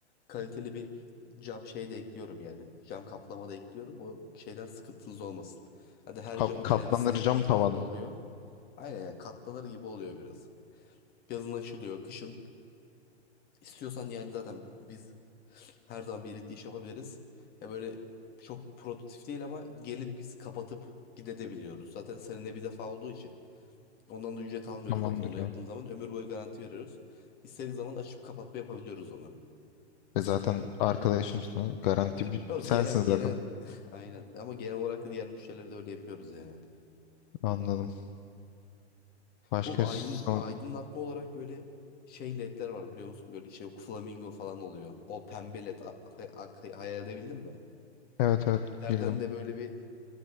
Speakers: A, on the left; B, on the left.
A: kaliteli bir cam şey de ekliyorum yani. Cam kaplama da ekliyorum. O şeyden sıkıntınız olmasın. Hadi her
B: ka-
A: camın kendi
B: katlanır
A: sinekliği
B: cam
A: falan
B: tavan.
A: da oluyor. Aynen yani katlanır gibi oluyor biraz. Yazın açılıyor, kışın istiyorsan yani zaten biz her zaman birlikte iş yapabiliriz. Ya böyle çok prototip değil ama gelip biz kapatıp gidebiliyoruz. Zaten seninle bir defa olduğu için. Ondan da ücret almıyoruz
B: Tamamdır
A: zaten onu
B: ya.
A: yaptığımız zaman. Ömür boyu garanti veriyoruz. İstediğimiz zaman açıp kapatma yapabiliyoruz onu.
B: E zaten arkadaşımsın ha. Garanti bir-
A: Ama
B: sensin
A: genel,
B: zaten.
A: genel <laughs> aynen ama genel olarak da diğer müşterileri de öyle yapıyoruz yani.
B: Anladım. Başka
A: Bu aydın,
B: sana...
A: aydınlatma olarak böyle şey ledler var biliyor musun? Böyle şey flamingo falan oluyor. O pembe led a- hay- hay- hayal edebildin mi?
B: Evet evet
A: Ledlerden
B: bildim.
A: de böyle bir